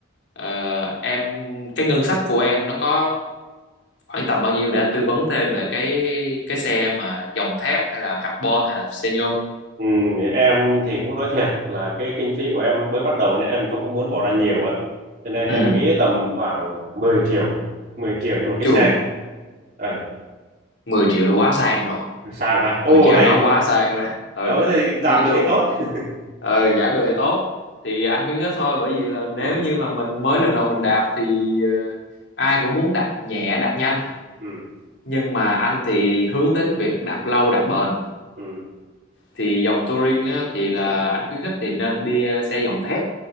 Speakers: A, on the left; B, on the right.
A: Ờ, em cái ngân sách của em nó có khoảng tầm bao nhiêu để anh tư vấn thêm về cái cái xe mà dòng thép hay là carbon hay là xe nhôm
B: ừ, em thì cũng nói thiệt là cái kinh phí của em mới bắt đầu nên em không có muốn bỏ ra nhiều á cho nên
A: ừ
B: em nghĩ tầm khoảng mười triệu mười triệu cho một cái
A: chùa
B: xe ờ
A: 10 triệu là quá sang rồi
B: sang hả ô
A: 10 triệu
B: hay
A: nó
B: quá
A: quá sang rồi ừ
B: ờ thì giảm
A: nói
B: được
A: chung
B: thì tốt <laughs>
A: ừ giảm được thì tốt thì anh khuyến khích thôi bởi vì là nếu
B: ừ
A: như mà mình mới lần đầu mình đạp thì ờ, ai cũng muốn đạp nhẹ đạp nhanh
B: ừ
A: nhưng mà anh thì hướng tới cái việc đạp lâu đạp bền
B: ừ
A: thì dòng touring á, thì là anh khuyến khích thì nên đi ờ, xe dòng thép